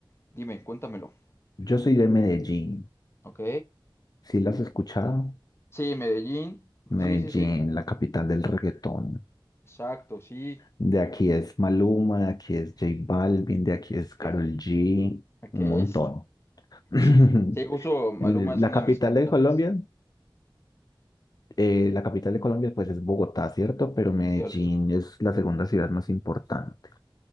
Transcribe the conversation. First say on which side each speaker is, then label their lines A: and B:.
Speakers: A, on the left; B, on the left.
A: dime, cuéntamelo.
B: yo soy de Medellín.
A: ¿Ok?
B: Sí, las has escuchado.
A: Sí, Medellín.
B: Medellín,
A: Sí, sí, sí.
B: la capital del reggaetón.
A: Exacto, sí.
B: De aquí es Maluma, de aquí es J Balvin, de aquí es
A: Es
B: Karol
A: que,
B: G, un
A: que
B: montón.
A: es,
B: <laughs>
A: Sí, sí, justo Maluma
B: Eh,
A: es
B: La
A: uno
B: capital
A: de mis cantantes.
B: de Colombia eh, la capital de Colombia, pues es Bogotá, ¿cierto? Pero Medellín
A: Cierto.
B: es la segunda ciudad más importante.